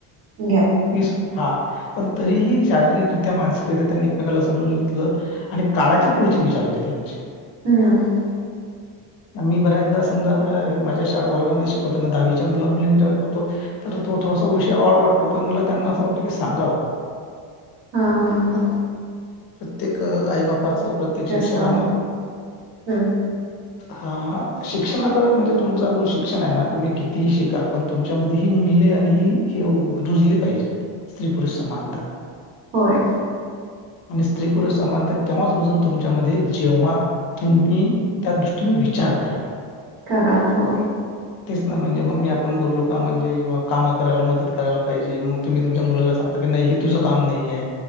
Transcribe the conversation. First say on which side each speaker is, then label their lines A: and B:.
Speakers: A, on the right (about 80°); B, on the left (about 50°).
A: घ्या.
B: वीस हा. पण तरीही शारीरिकरित्या मानसिकरित्या त्यांनी एकमेकाला समजून घेतलं आणि काळाचे पुढचे विचार होते त्यांचे.
A: हम.
B: मी बऱ्याचदा समजा आता माझ्या शाळा वर्गामध्ये शिक त्यांना दहावीच्या मुला मुलींच्या करतो तर तो थोडासा विषय ऑड वाटतो पण मला त्यांना असं वाटतं की सांगावं. <inaudible>
A: हा हा हा.
B: प्रत्येक आई बापाचं
A: नॉलेज
B: प्रत्येक शिक्षकांन.
A: असावं हम्म
B: हा शिक्षणाचा म्हणजे तुमचा जो शिक्षण आहे ना. तुम्ही कितीही शिका पण तुमच्या मध्ये ही मूल्य आणि हि हे रुजली पाहिजेत स्त्री पुरुष समा मानता.
A: होय.
B: आणि स्त्री पुरुष समानतात तेव्हाच रुजून तुमच्यामध्ये जेव्हा. तुम्ही त्या दृष्टीने विचार कराल.
A: कराल होय.
B: तेच ना म्हणजे मग मी आपण बोललो का म्हणजे काम करायला मदत करायला पाहिजे मग तुम्ही तुमच्या मुलाला सांत नाही तुझं काम नाही आहे.